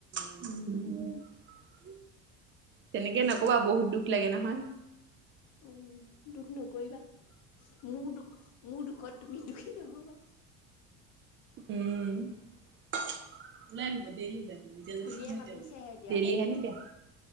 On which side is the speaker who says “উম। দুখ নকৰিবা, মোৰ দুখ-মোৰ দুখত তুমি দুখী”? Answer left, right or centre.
Left